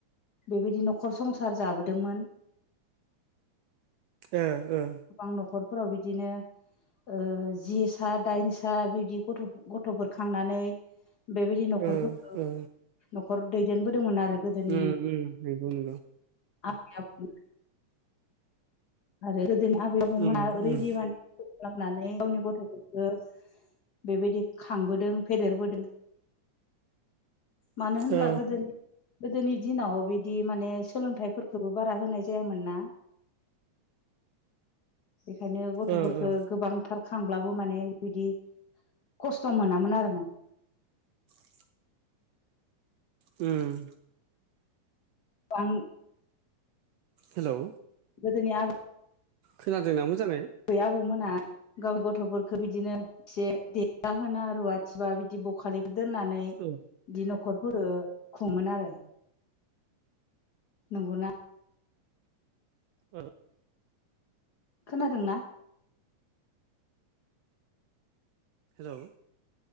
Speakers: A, on the left; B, on the right.
A: बेबायदि न'खर संसार जाबोदोंमोन।
B: ओ ओ।
A: गोबां न'खरफोराव बिदिनो ओ जि सा दाइन सा बिबदि गथ' गथ'फोर खांनानै बेबायदि न'खरफोरखौ
B: ओ ओ
A: न'खर दैदेनबोदोंमोन आरो गोदोनि
B: उम उम नंगौ नंगौ
A: आबै आबौ <unintelligible> <unintelligible> आबै आबौमोना
B: उम
A: <unintelligible>
B: उम
A: गावनि गथ'फोरखो बेबायदि खांबोदों फेदेरबोदों। मानो होनब्ला
B: ओ
A: गोदोनि गोदोनि दिनाव बिदि माने सोलोंथाइफोरखोबो बारा होनाय जायामोन ना। बेखायनो गथ'फोरखो
B: ओ ओ
A: गोबांथार खांब्लाबो माने बिदि खस्थ' मोनामोन आरोना
B: <inaudible> उम
A: आं
B: हेलौ
A: गोदोनि आबै
B: खोनादोंना मोजाङै?
A: बै आबौमोना गाव गथ'फोरखो बिदिनो से <unintelligible> रुवाथिबा बिदि बखालिफोर दोननानै
B: औ
A: बिदि न'खरफोरो खुङोमोन आरो। नोंग'ना?
B: ओ
A: खोनादों ना?
B: हेलौ